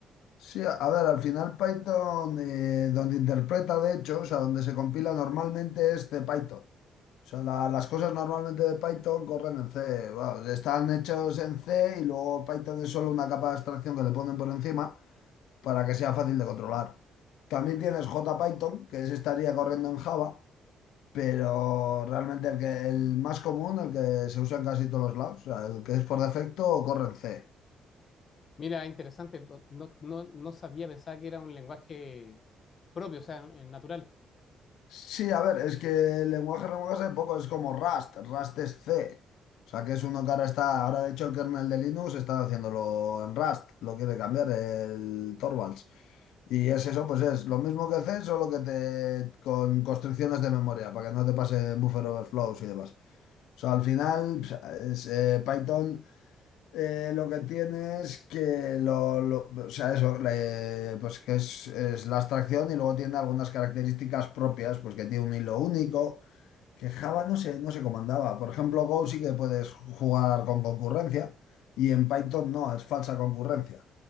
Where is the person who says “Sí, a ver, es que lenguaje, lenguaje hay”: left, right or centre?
Left